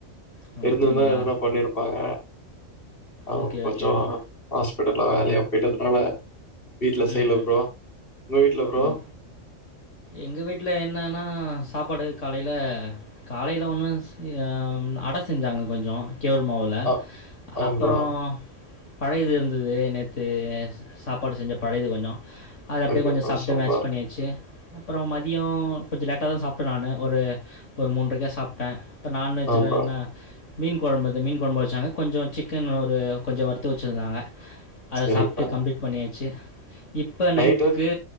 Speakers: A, on the left; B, on the left.
A: ஓ
B: இருந்துருந்தா
A: அப்படிங்களா?
B: எதனா பண்ணிருப்பாங்க அவங்க
A: ஓகே,
B: கொஞ்சோ
A: ஓகே, ஓகே.
B: ஹாஸ்பிட்டல்ல வேலையா போயிட்டதுனால வீட்ல செய்யல
A: ம்ஹும்
B: ப்ரோ உங்க வீட்ல ப்ரோ
A: ஓ எங்க வீட்ல என்னனா சாப்பாடு காலைல காலைல ஒன்னுசெய் அட செஞ்சாங்க கொஞ்சோ கேவ்ல் மாவுல
B: ஆ ஆ
A: அப்றோ
B: ப்ரோ
A: பழையது இருந்தது நேத்து சாப்பாடு செஞ்ச பழையது கொஞ்சோ அத அப்டியே
B: ஓகே
A: கொஞ்சோ
B: ப்ரோ
A: சாப்ட்டு
B: சூப்பர்
A: மேச் பண்ணியாச்சு அப்றோ மதியோ கொஞ்சோ லெட்டாதா சாப்ட்ட நானு ஒரு மூண்றைக்கா சாப்ட்ட இப்போ நான் வெஜ்ல
B: ஆ ப்ரோ
A: என்ன மீன் கொழம்பது மீன் கொழம்பு வெச்சாங்க கொஞ்சோ சிக்கன் ஒரு கொஞ்சோ வறுத்து வெச்சிருந்தாங்க அத
B: சரிங்க
A: சாப்ட்டு
B: ப்ரோ
A: கம்ப்ளீட் பண்ணியாச்சு இப்ப நைட்டுக்கு
B: நைட்டு